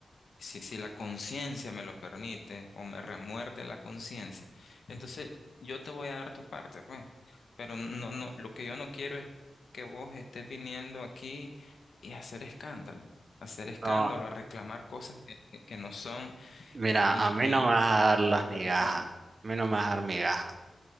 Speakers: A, on the left; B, on the right.
A: si, si la conciencia me lo permite o me remuerde la conciencia, entonces yo te voy a dar tu parte, pues. Pero no, no, lo que yo no quiero es que vos estés viniendo aquí y hacer escándalo, hacer escándalo,
B: no,
A: a reclamar cosas que, que, que no son
B: mira,
A: y,
B: a mí
A: y
B: no me vas a dar las
A: no te corresponden.
B: migajas. A mí no me vas a dar migajas.